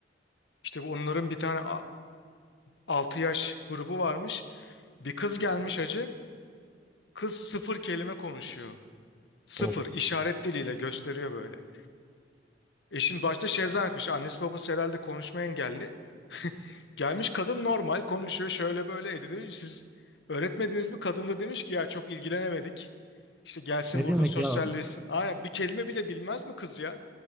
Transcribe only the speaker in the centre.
Of.
Ne
demek
ya abi?